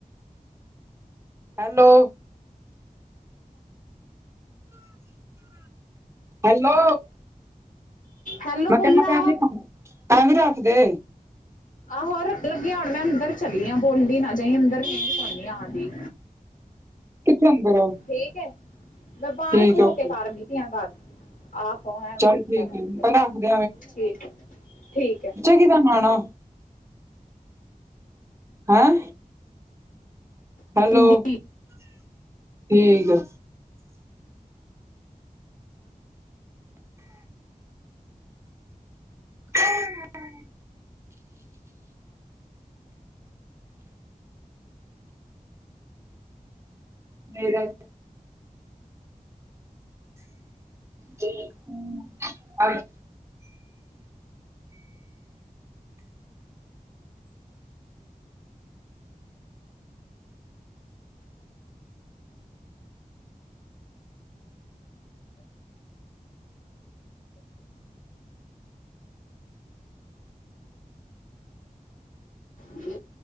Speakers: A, on the right (about 20°); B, on the left (about 65°).
A: hello hello
B: hello
A: ਮੈਂ
B: ਬੋਲਾ।
A: ਕਹਿੰਦਾ ਭੈਣਜੀ ਐਵੇਂ ਰੱਖਦੇ।
B: ਆਹੋ ਰੱਖਣ ਲੱਗੀ ਹੁਣ ਮੈਂ ਅੰਦਰ ਚਲੀ ਆ ਬੋਲੀ ਨਾ ਜਾਈਂ ਅੰਦਰ ਦੀ ਆਣ ਦੀ
A: ਕਿੱਥੇ ਅੰਦਰ
B: ਠੀਕ ਹੈ ਮੈਂ ਬਾਹਰ
A: ਠੀਕ
B: ਖਲੋ
A: ਓਕੇ
B: ਕੇ ਕਰ ਨੀ ਦੀਆਂ ਗੱਲ ਆਹੋ। ਉਹ ਐ ਵੀ
A: ਚੱਲ
B: ਰੱਖਿਆ
A: ਠੀਕ
B: ਰਹਿਣਗੇ
A: ਹੈ ਰੱਖਦੇ
B: ਠੀਕ ਹੈ, ਠੀਕ ਹੈ।
A: ਕਿਹਦਾ ਆਣਾ ਹੈਂ ਹੈਲੋ,
B: ਹੈ।
A: ਠੀਕ ਹੈ। <unintelligible> ਮੇਰੇ ਤੇ ਹੂ ਹੈਲੋ।
B: ਹ